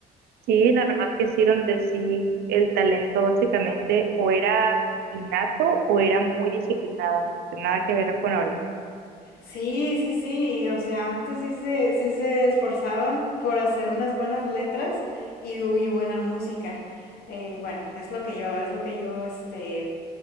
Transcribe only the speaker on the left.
Sí, sí, sí, y, o sea, antes sí se, sí se esforzaban por hacer unas buenas letras y, bu- y buena música. Eh, bueno, es lo que yo, es lo que yo, este,